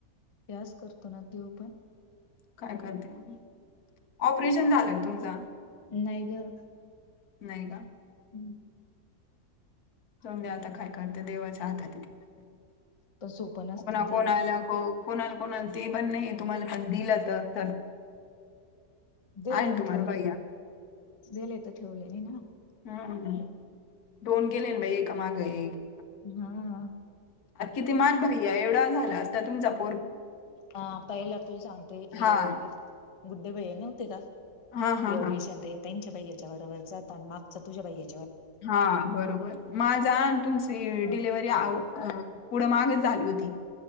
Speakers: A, on the left (about 30°); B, on the left (about 85°).
A: यास करतो नाग देऊ पण.
B: काय करते ऑपरेशन झालं तुमचा.
A: य ग.
B: नाही का?
A: हम्म!
B: सध्या आता काय करते देवाच आता तिथे.
A: पण सोपं नसत
B: कोणा
A: ते
B: कोण आला हो. कोणाल कोणाल ते पण नाही तुम्हाला पण दिलं तर तर.
A: दिले
B: आहे ना
A: पण
B: तुम्हाला
A: ठेवले
B: भैय्या.
A: दिले तर ठेवले नाही ना.
B: हम्मम दोन केेले बा ए माग एक.
A: हा.
B: आता किती मान भैया्या एवढा झाला अस त्या तून जप.
A: ह पहिला तु सांगतेय.
B: हां.
A: गुड्डे बैया नव्हते का
B: हां, हां,
A: योगेश
B: हां.
A: आणि त्यांच्या भाैयाच्या बरोबरच आणि मागचा तुझ्या बाैया.
B: हा बरोबर माझ तुमची डिलिव्हरी आ. पुढ मागच झाली होती.